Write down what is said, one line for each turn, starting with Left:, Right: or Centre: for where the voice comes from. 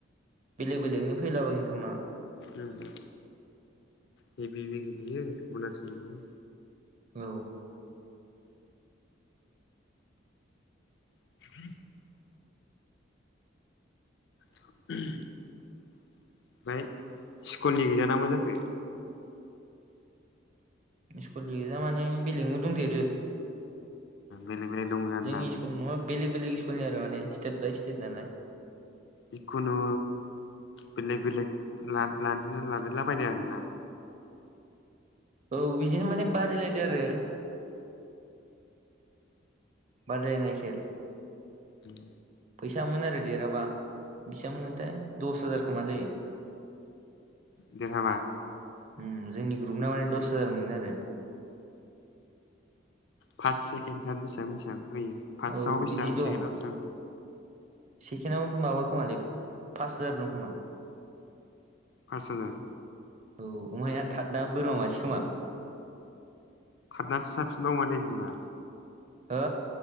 Right: बेलेग बेलेगनि फैलाबायखोमा
Left: उम उम हेबि हेबि गेलेयो उरनास'ल <unintelligible>
Right: औ
Left: <inaudible> <inaudible> ओमफ्राय स्कुलनि गैयाना मा जाखो?
Right: स्कुलनि गोजा माने बेलेगनि दंदेरो।
Left: बेलेग बेलेग दङो आरो
Right: जोंनि
Left: ना
Right: स्कुलनि नङा बेलेग बेलेग स्कुलनि आरो माने स्टेट बाय स्टेट नालाय
Left: जिखुनु बेलेग बेलेग ला-लादेरना लादेरलाबायनाय आरोना
Right: औ बिजोंनो माने बारायलायदो आरो बदायलायनाय खेल
Left: उम
Right: फैसामोन आरो देरहाबा बिसिबांमोनो थाय दस हाजारखोमालै
Left: देरहाबा?
Right: उम जोंनि ग्रुप ना माने दस हाजार मोनगोन आरो
Left: फास सेकेण्ड थाड बेसेबां बेसेबां होयो फार्स्टआव
Right: औ
Left: बेसेबां
Right: बिदि दं
Left: सेकेणडआव बेसेबां?
Right: सेकेणडआव माबा खोमालै पास हाजार दं खोमा
Left: फास हाजार
Right: औ ओमफ्राय थारना बोरमा मासे खोमा
Left: थार्ट नासो साबसिन बाव माथो बिदिबा
Right: हो